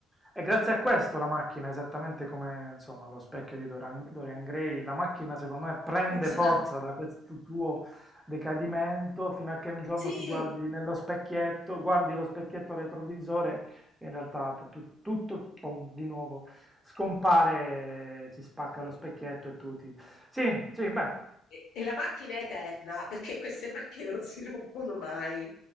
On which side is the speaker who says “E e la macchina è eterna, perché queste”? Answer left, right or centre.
Left